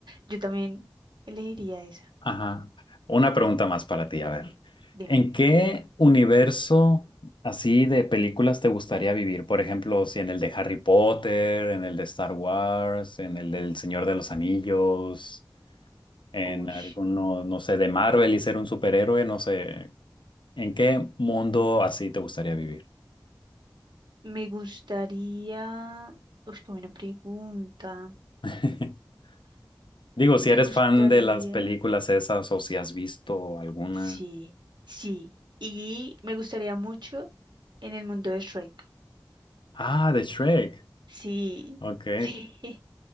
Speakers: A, on the right (about 65°); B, on the left (about 80°).
A: Yo también elegiría esa.
B: Ajá. Una pregunta más para ti, a ver.
A: Dime.
B: ¿En qué universo así de películas te gustaría vivir? Por ejemplo, si en el de Harry Potter, en el de Star Wars, en el del Señor de los Anillos, en
A: Uy.
B: alguno, no sé, de Marvel y ser un superhéroe, no sé. ¿En qué mundo así te gustaría vivir?
A: Me gustaría. Uy, qué buena pregunta.
B: <laughs> Digo, si
A: Me
B: eres
A: gustaría.
B: fan de las películas esas o si has visto alguna.
A: Sí, sí. Y me gustaría mucho en el mundo de Shrek.
B: Ah, de Shrek.
A: Sí,
B: Ok.
A: sí. <laughs>